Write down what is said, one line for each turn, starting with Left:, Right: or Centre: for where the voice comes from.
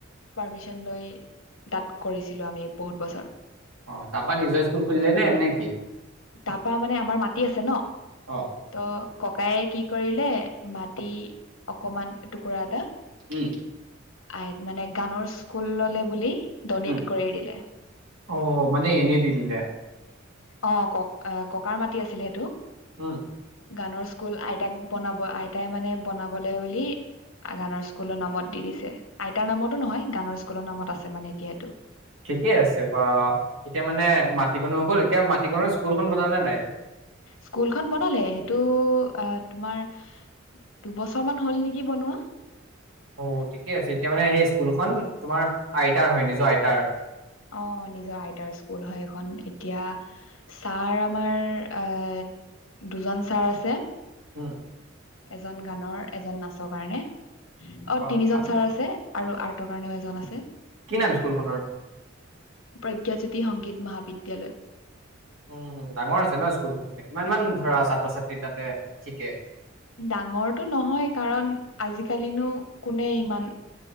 Left: পাৰ্মিচন লৈ তাত কৰিছিলো আমি বহুত বছৰ
Right: অ তাপা নিজৰ স্কুল খুলিলে এনে নে
Left: তাৰপা মানে আমাৰ মাটি আছে ন
Right: অ
Left: ত ককায়ে কি কৰিলে মাটি অকমান এটুকুৰা এটা
Right: উম
Left: আইক মানে গানৰ স্কুলললে বুলি ডনেট
Right: উম।
Left: কৰি দিলে
Right: অ মানে এনে দি দিলে
Left: অ ক ককাৰ মাটি আছিলে সেইটো
Right: উম
Left: গানৰ স্কুল আইতাক বনাব আইতাই মানে বনাবলৈ বুলি গানৰ স্কুলৰ নামত দি দিছে আইতাৰ নামতো নহয় গানৰ স্কুলৰ নামত আছে মানে এতিয়া টো
Right: ঠিকে আছে বা এতিয়া মানে মাটিকণো হৈ গ'ল এতিয়া মাটিকণৰ স্কুলখন বনালে নাই
Left: স্কুলখন বনালে সেইটো আহ তোমাৰ দুবছৰ মান হ'ল নেকি বনোৱা
Right: অ ঠিকে আছে এতিয়া মানে সেই স্কুলখন তোমাৰ আইতাৰ হয় নিজৰ আইতাৰ
Left: অ নিজৰ আইতাৰ স্কুল হয় এখন এতিয়া ছাৰ আমাৰ আহ দুজন ছাৰ আছে
Right: উম
Left: এজন গানৰ এজন নাচৰ কাৰণে অ
Right: বাহ
Left: তিনিজন
Right: ভালে।
Left: ছাৰ আছে আৰু আৰ্টৰ কাৰণেও এজন আছে
Right: কি নাম স্কুলখনৰ
Left: প্ৰজ্ঞাজ্যোতি সংগীত মহাবিদ্যালয়
Right: উম ডাঙৰ আছে ন স্কুলখন মানে কিমান মান ধৰা ছাত্ৰ ছাত্ৰী তাতে শিকে
Left: ডাঙৰটো নহয় কাৰণ আজিকালিনো কোনে ইমান